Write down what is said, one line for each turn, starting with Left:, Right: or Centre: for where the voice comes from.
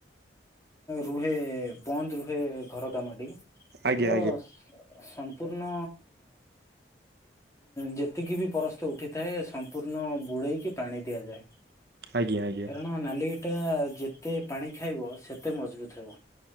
Left: ରୁହେ ବନ୍ଦ ରୁହେ ଘର କାମଟି ତ
Right: ଆଜ୍ଞା ଆଜ୍ଞା
Left: ସମ୍ପୂର୍ଣ୍ଣ ଯେତିକି ବି ପରସ୍ତ ଉଠିଥାଏ, ସମ୍ପୂର୍ଣ୍ଣ ବୁଡେଇକି ପାଣି ଦିଆଯାଏ ।
Right: ଆଜ୍ଞା ଆଜ୍ଞା ଆଜ୍ଞା।
Left: କାରଣ ନାଲି ଟା ଯେତେ ପାଣି ଖାଇବ ସେତେ ମଜବୁତ ହେବ